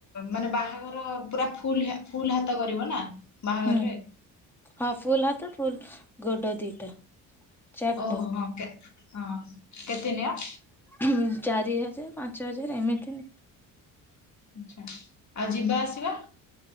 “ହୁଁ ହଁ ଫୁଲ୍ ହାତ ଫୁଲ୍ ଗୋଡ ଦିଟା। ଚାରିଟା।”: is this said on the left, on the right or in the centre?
Centre